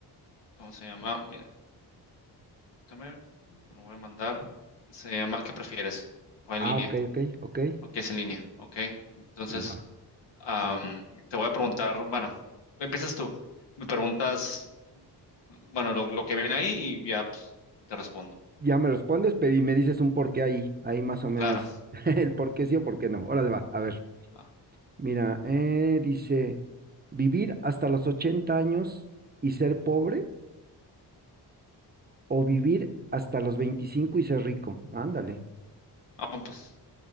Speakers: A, on the left; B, on the right.
A: ¿Cómo se llama? Mira, también lo voy a mandar. Se llama ¿Qué prefieres? ¿O
B: Ah,
A: en línea?
B: ok, ok, ok.
A: ¿O qué es en línea? Ok. Entonces,
B: Va.
A: am, te voy a preguntar, bueno, empiezas tú. Me preguntas, bueno, lo, lo que viene ahí y ya pues, te respondo.
B: Ya me respondes, pero y me dices un por qué ahí, ahí más o menos,
A: Claro.
B: <laughs> el por qué sí o por qué no. Órale, va, a ver.
A: Ah,
B: Mira, eh, dice, vivir hasta los 80 años y ser pobre. O vivir hasta los 25 y ser rico. Ándale.
A: no, pues